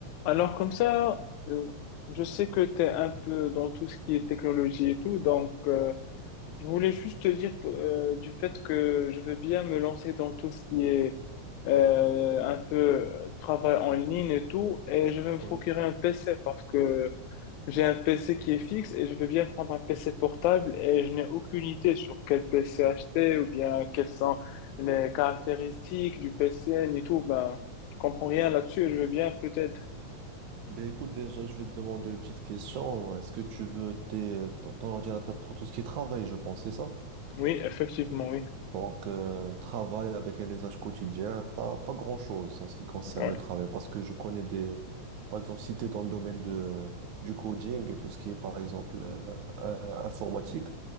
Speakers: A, on the left (about 80°); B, on the right (about 75°).
A: Alors comme ça, euh, je sais que tu es un peu dans tout ce qui est technologie et tout, donc euh, je voulais juste te dire euh, du fait que je veux bien me lancer dans tout ce qui est euh, un peu travail en ligne et tout, et je vais me procurer
B: Oui.
A: un PC parce que j'ai un PC qui est fixe et je veux bien prendre un PC portable et je n'ai aucune idée sur quel PC acheter ou bien quelles sont les caractéristiques du PC ni tout, ben je comprends rien là-dessus et je veux bien peut-être
B: Ben écoute, déjà, je vais te demander une petite question. Est-ce que tu veux tes, ton, ton ordinateur pour tout ce qui est travail, je pense, c'est ça?
A: Oui, effectivement, oui.
B: Donc, euh, travail avec un usage quotidien, pas, pas grand-chose en ce qui concerne
A: Ouais.
B: le travail. Parce que je connais des... Par exemple, si tu es dans le domaine de, du coding et tout ce qui est, par exemple, euh, euh, informatique,